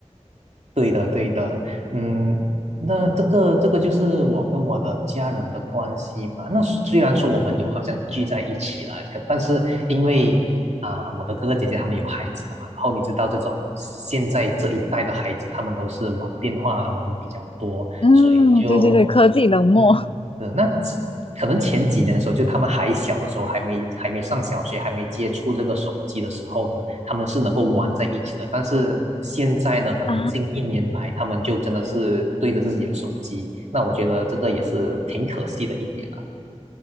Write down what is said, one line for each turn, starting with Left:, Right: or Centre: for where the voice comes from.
Right: 对的，对的，嗯，那这个这个就是我跟我的家人的关系吧。那虽然说我们有好像聚在一起了，可但是因为啊、我的哥哥姐姐他们有孩子了嘛，然后你知道这种现在这一代的孩子，他们都是玩电话玩的比较多，
Left: 嗯，
Right: 所以就
Left: 对对对，科技冷漠
Right: 嗯，呃，那只可能前几年的时候，就他们还小的时候，还没还没上小学，还没接触这个手机的时候呢，他们是能够玩在一起的。但是现在呢，可能近一年来，
Left: <laughs> 啊，
Right: 他们就真的是对着自己的手机。那我觉得这个也是挺可惜的一点了。